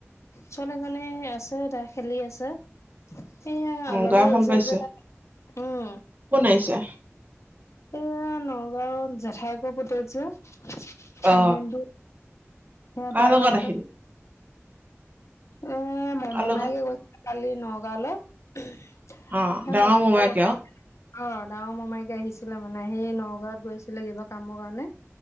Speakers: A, on the left; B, on the right.
A: ছোৱালীজনী আছে তাই খেলি আছে। এইয়া
B: অ
A: আলহী
B: গা ভাল
A: আহিছে
B: পাইছে,
A: যে উম।
B: কোন আহিছে?
A: এইয়ে নগাঁৱৰ জেঠাইযে পুতেক যে। ভাগিনতো
B: অ
A: সেই
B: কাৰ
A: তাৰ
B: লগত
A: লগতে-
B: আহিল
A: এ
B: কাৰ
A: মমাইকে
B: লগত
A: গৈছিলে কালি নগাঁওলৈ। সেই
B: অ ডাঙৰ মোমাইকে
A: <unintelligible>
B: আৰু
A: অ' ডাঙৰ মমায়েক আহি ছিলে মানে হেৰি নগাঁৱত গৈছিলে কিবা কামৰ কাৰণে,